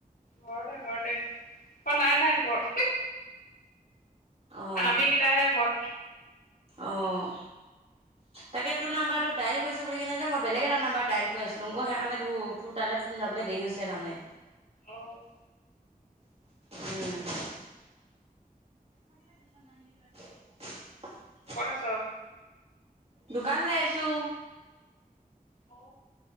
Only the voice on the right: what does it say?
অ'হ,
অ'হ।
তাকে তোৰ নাম্বাৰটো ডাইল কৰিছোঁ বুলি কিনে মই বেগ এটা নাম্বাৰ ডাইল কৰি আছিলোং, সেইকাৰণে তোৰ তোৰ তালে ফোন যাবলৈ দেৰি হৈছিলে তাৰমানে।
উম <unintelligible>
দোকানলৈ আহিছো।